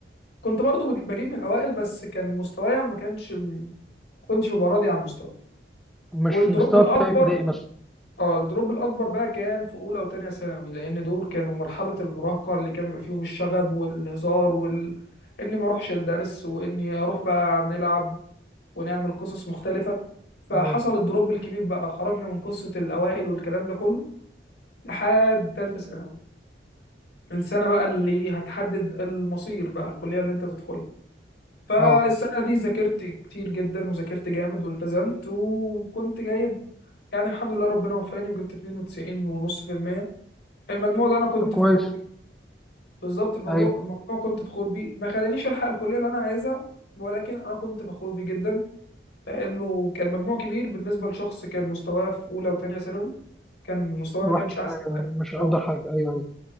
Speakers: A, on the left; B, in the centre.
A: كنت برضو بج- بجيب من الاوائل بس كان مستوايا ما كانش م- كنتش ببقى راضي عن مستواي
B: مش
A: والدروب
B: المستوى
A: الاكبر
B: بتاع ابتدائي مثلا
A: اه الدروب الاكبر بقى كان في اولى وتانية ثانوي لان دول كانوا مرحله المراهقه اللي كان بيبقى فيهم الشغب والهزار وال اني ما اروحش الدرس واني اروح بقى نلعب ونعمل قصص مختلفه فحصل
B: اه
A: الدروب الكبير بقى خرجنا من قصه الاوائل والكلام ده كله لحد تالتة ثانوي السنه بقى اللي هتحدد المصير بقى الكليه اللي انت تدخلها فالسنة
B: اه
A: دي ذاكرت كتير جدا وذاكرت جامد والتزمت وكنت جايب يعني الحمد لله ربنا وفقني وجبت 92 ونص في المية المجموع ده أنا كنت
B: طب كويس
A: فخور بيه بالظبط الموضوع
B: ايوه
A: الموضوع كنت فخور بيه ما خلانيش ألحق الكلية اللي أنا عايزها ولكن أنا كنت فخور بيه جدا لأنه كان مجموع كبير بالنسبة لشخص كان مستواه في أولى وتانية ثانوي كان مستواه
B: الوحش
A: ما كانش أحسن
B: ايوه
A: حاجة
B: مش افضل
A: أه
B: حاجه ايوه ايوه